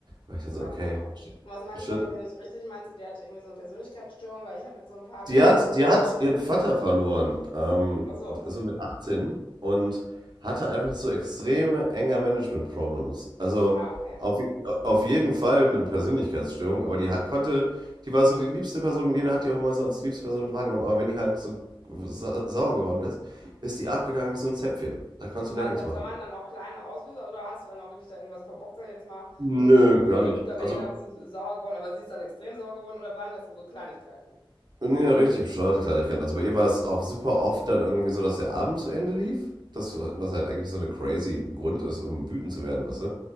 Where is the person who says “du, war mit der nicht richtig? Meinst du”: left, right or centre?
Left